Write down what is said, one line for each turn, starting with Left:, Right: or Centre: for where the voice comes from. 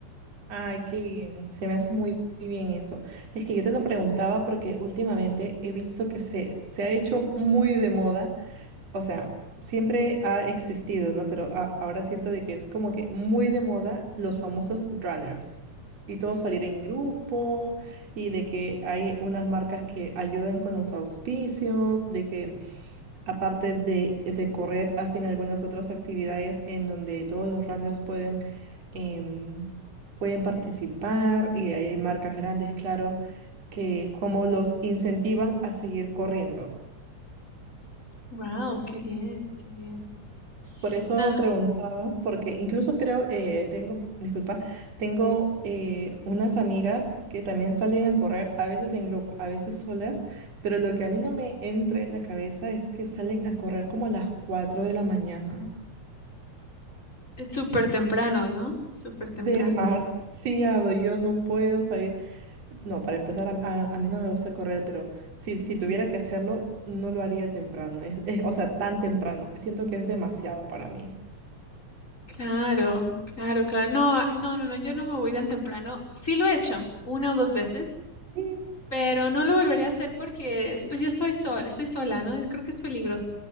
Right: Ay, qué bien, se me hace muy bien eso. Es que yo te lo preguntaba porque últimamente he visto que se, se ha hecho muy de moda, o sea, siempre ha existido, ¿no? Pero a- ahora siento de que es como que muy de moda los famosos runners y todo salir en grupo y de que hay unas marcas que ayudan con los auspicios, de que Aparte de, de correr, hacen algunas otras actividades en donde todos los runners pueden, em, pueden participar y ahí hay marcas grandes, claro, que como los incentivan a seguir corriendo.
Left: Wow, qué bien, qué bien.
Right: Por eso
Left: Nada,
Right: preguntaba, porque incluso creo, eh, tengo, disculpa, tengo eh, unas amigas que también salen a correr, a veces en grupo, a veces solas, pero lo que a mí no me entra en la cabeza es que salen a correr como a las 4 de la mañana.
Left: es súper temprano, ¿no? Súper temprano.
Right: Demasiado, yo no puedo salir. No, para empezar, a, a- a mí no me gusta correr, pero si, si tuviera que hacerlo, no lo haría temprano. Es, es- o sea, tan temprano. Siento que es demasiado para mí.
Left: Claro, claro, claro. No, ah, no, no, no, yo no me voy tan temprano. Sí lo he hecho una o dos veces,
Right: Sí.
Left: pero no lo volvería a hacer porque pues yo soy sola, estoy sola, ¿no? Creo que es peligroso.